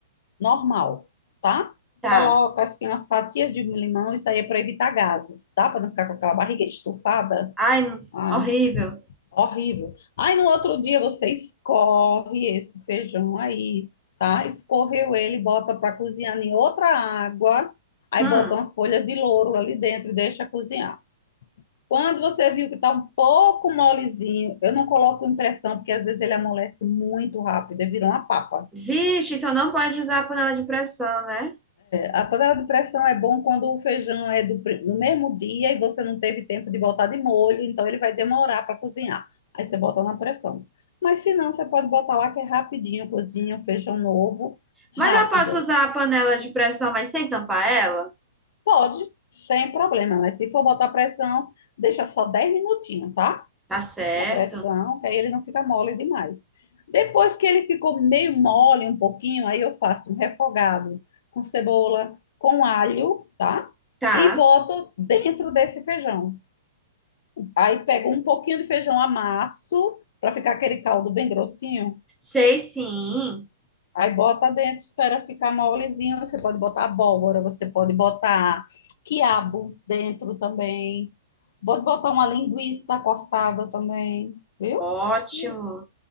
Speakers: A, on the left (about 60°); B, in the centre.
A: Normal, tá?
B: Tá.
A: Coloca assim as fatias de limão, isso aí é para evitar gases, tá? Para não ficar com aquela barriga estufada.
B: Ai, n-
A: Ai,
B: horrível.
A: Horrível. Aí no outro dia você escorre esse feijão aí, tá? Escorreu ele, bota para cozinhar em outra água, aí
B: Hum.
A: bota umas folhas de louro ali dentro e deixa cozinhar. Quando você viu que tá um pouco molezinho, eu não coloco impressão, porque às vezes ele amolece muito rápido, e vira uma papa.
B: Vixe, então não pode usar a panela de pressão, né?
A: A panela de pressão é bom quando o feijão é do, pri- no mesmo dia e você não teve tempo de botar de molho, então ele vai demorar para cozinhar. Aí você bota na pressão. Mas se não, você pode botar lá que é rapidinho, cozinha o feijão novo, rápido.
B: Mas eu posso usar a panela de pressão, mas sem tampar ela?
A: Pode, sem problema, mas se for botar pressão, deixa só 10 minutinhos, tá?
B: Tá certo.
A: na pressão, que aí ele não fica mole demais. Depois que ele ficou meio mole um pouquinho, aí eu faço um refogado com cebola, com alho, tá?
B: Tá.
A: E boto dentro desse feijão. Aí pego um pouquinho de feijão, amasso para ficar aquele caldo bem grossinho.
B: Sei sim.
A: Aí bota dentro, espera ficar molezinho. Você pode botar abóbora, você pode botar quiabo dentro também. Pode botar uma linguiça cortada também, viu?
B: Ótimo.
A: Hum,